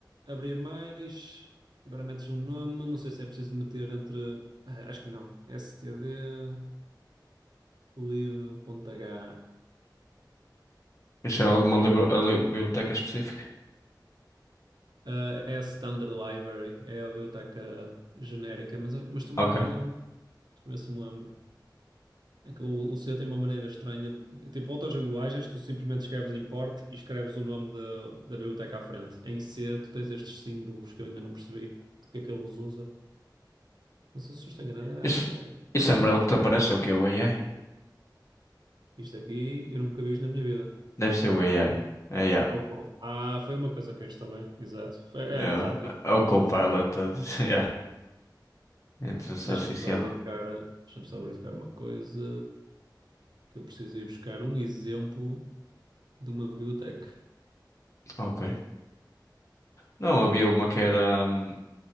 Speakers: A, on the right; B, on the left.
A: é abrir mais, agora metes um nome, não sei se é preciso meter entre. ah, acho que não, std live.h.
B: Isso é alguma libra- a li- biblioteca específica?
A: Ah, é a Standard Library, é a biblioteca genérica, mas, mas estou-me
B: Ok.
A: a enganar em alguma coisa, a ver se me lembro. É que o, o C tem uma maneira estranha. de- Tipo, outras linguagens, tu simplesmente escreves import e escreves o nome da, da biblioteca à frente. Em C, tu tens estes símbolos que eu ainda não percebi porque é que ele os usa. Não sei se eu estou enganado, era
B: Isso,
A: hashtag.
B: isso é amarelo que te aparece é o que? O AI?
A: Isto aqui eu nunca vi isto na minha vida.
B: Deve ser o AI. É, yeah.
A: É o com- Ah, foi uma coisa que eu instalei, exato. Foi- É,
B: É,
A: exato,
B: o
A: é isso que
B: é o
A: estás
B: Copilot.
A: a dizer.
B: a dizer- <laughs> Yeah. Inteligência
A: Deixa-me
B: artificial.
A: só verificar, deixa-me só verificar uma coisa. que eu preciso ir buscar um exemplo de uma biblioteca.
B: Ok. Não, havia uma que era. hum,